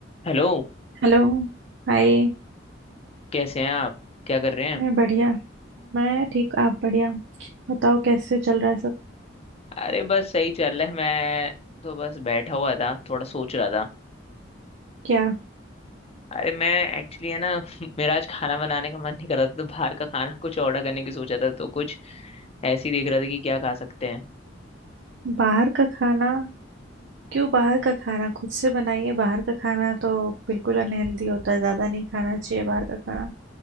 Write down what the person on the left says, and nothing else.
Hello
कैसे हैं आप क्या कर रहे हैं
अरे बस सही चल रहा है मैं तो बस बैठा हुआ था थोड़ा सोच रहा था
अरे मैं एक्चुअली है ना <laughs> मेरा आज खाना बनाने का मन नहीं कर रहा था तो बाहर का खाना <laughs> कुछ ऑर्डर करने की सोचा था तो कुछ ऐसे ही देख रहा था कि क्या खा सकते हैं